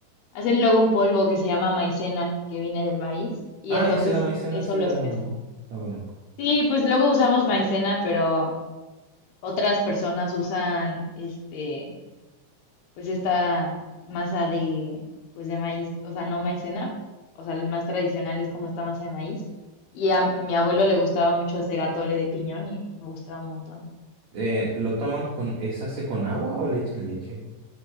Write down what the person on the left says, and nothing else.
hacen luego un polvo que se llama maicena, que viene del maíz, y
entonces
eso
lo
espesa.
Sí, pues luego usamos maicena, pero otras personas usan este pues esta masa de, pues de maíz, o sea, no maicena, o sea, el más tradicional es como esta masa de maíz. Y a mi abuelo le gustaba mucho hacer atole de piñón y me gustaba un montón.